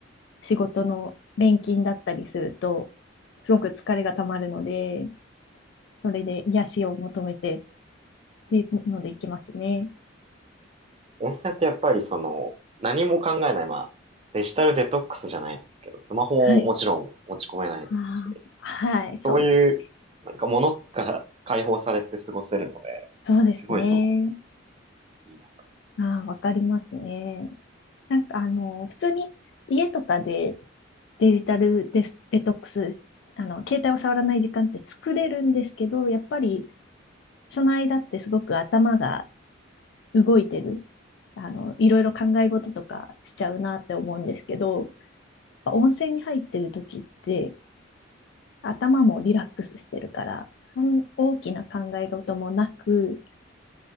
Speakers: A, on the left; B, on the right.
A: 仕事の連勤だったりすると、すごく疲れがたまるので、それで癒しを求めてっていうので行きますね。
B: 温泉ってやっぱりその、何も考えない、まあ、デジタルデトックスじゃないですけど、スマホをもちろん持ち込めないですし、
A: はい。あーはい、そうですね。
B: そういう、なんか物から解放されて過ごせるので、
A: そうですね。
B: すごいそこもいいなと。
A: ああ、わかりますね。なんかあの、普通に家とかでデジタルデス、デトックスし、あの、携帯を触らない時間って作れるんですけど、やっぱりその間ってすごく頭が動いてる、あの、いろいろ考え事とかしちゃうなって思うんですけど、温泉に入ってる時って頭もリラックスしてるから、その大きな考え事もなく、